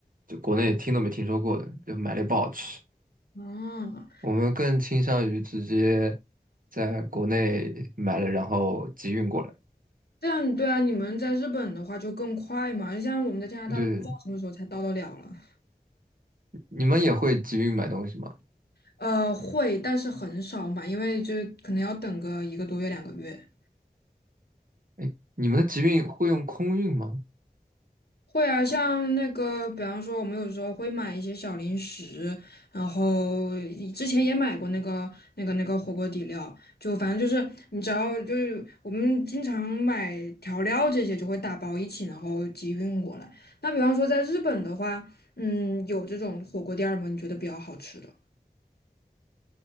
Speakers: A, on the right; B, on the left.
A: 就国内听都没听说过的，就买了也不好吃。
B: 哦，
A: 我们更倾向于直接在国内买了，然后集运过来。
B: 这样对啊，你们在日本的话就更快嘛，像我们在加拿大都不知道什么时候才到得了了。
A: 对对，你们也会集运买东西吗？
B: 呃，会，但是很少买，因为就可能要等个一个多月、两个月。
A: 哎，你们的集运会用空运吗？
B: 会啊，像那个，比方说，我们有时候会买一些小零食，然后以之前也买过那个、那个、那个火锅底料，就反正就是你只要就是我们经常买调料这些，就会打包一起，然后集运过来。那比方说在日本的话，嗯，有这种火锅店儿吗？你觉得比较好吃的，